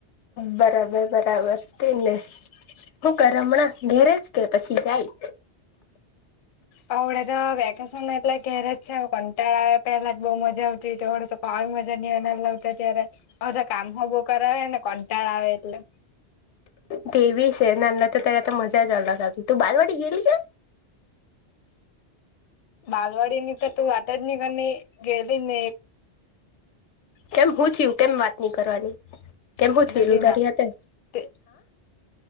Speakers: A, on the left; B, on the left.
A: બરાબર બરાબર તે ને હું કરે હમણાં ઘેરે જ કે પછી જાય
B: હવડે તો વેકેશન એટલે ઘેરે જ છે કંટડો પેલા જ બઉુ મજા આવતી તોડે તો કઈજ મજા લાવતા ત્યારેધ કામ હો બો કરાવને કંટાળ આવે એટલે
A: તેવી છે નાના તો ત્યારે તો મજા જ અલગ આવતી તું બારવાડી ગેલી છે
B: બાલવાડીની તો તું વાતા જ નહી ક ગેલી નહી
A: કેમ શું થયું કેમ વાત નની કરવાની કેમ શું થયુંલું
B: બધી
A: તારી
B: માં
A: હાતે
B: તે